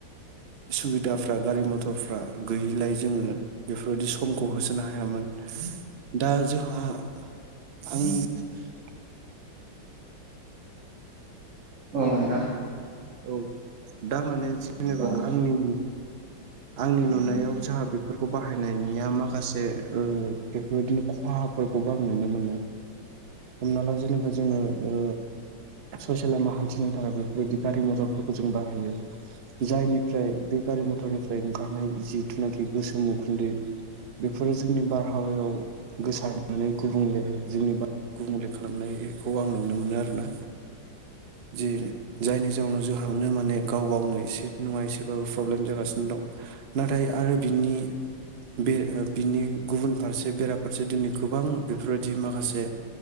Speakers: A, on the right; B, on the right.
A: सुबिदाफ्रा गारि मथरफ्रा गैयिलाय जोङो बेफोरबायदि समखौ होसोनो हायामोन दा जोंहा आं
B: औ नोंथां।
A: औ दा माने जेनेबा
B: औ
A: आंनि आंनि नुनायाव जाहा बेफोरखौ बाहायनायनिया माखासे ओ बेफोरबायदिनो खहाफोरखौबो आं नुनो मोनो।
B: <inaudible>
A: हमना ला जेनेबा जोङो ओ ससे लामा हान्थिनो थाखाय बेफोरबायदि गारि मथरफोरखौ जों बाहायो। जायनिफ्राय बे गारि मथरनिफ्राय ओंखारनाय जिथुनाखि गोसोम उखुन्दै बेफोरो जोंनि बारहावायाव गोसारनानै गुबुंले जोंनि गुबुंले खालामनायखौ आं नुनो मोनो आरोना जि जायनि जाउनाव जोंहानो माने गाव - गावनो एसे नङा एसेबाबो प्रब्लेम जागासिनो दं। नाथाय आरो बिनि बे बिनि गुबुन फारसे बेराफारसे दिनै गोबां बेफोरबायदि माखासे